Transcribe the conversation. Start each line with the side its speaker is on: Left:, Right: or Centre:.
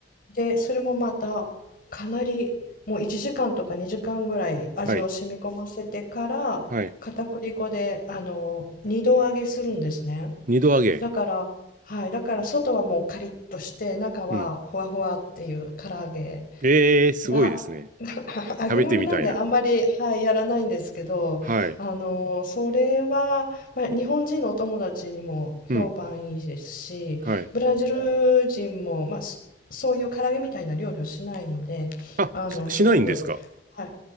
Left: で、それもまたかなりもう1時間とか2時間ぐらい味を染み込ませてから片栗粉であの2度揚げするんですね。
Right: はい。はい。二度揚げ。
Left: だから、はい、だから外はもうカリッとして中はふわふわっていう唐揚げ
Right: うん。えー、すごいですね。
Left: が <laughs>、揚げ物なんであんまり、
Right: 食べてみたいな。
Left: はい、やらないんですけど、
Right: はい。
Left: あの、それは、まあ、日本人のお友達にも評判いいですし、
Right: うん。はい。
Left: ブラジル人も、まあ、そそういう唐揚げみたいな料理をしないので、
Right: あ、
Left: あの、
Right: ししないんですか
Left: すごく、はい。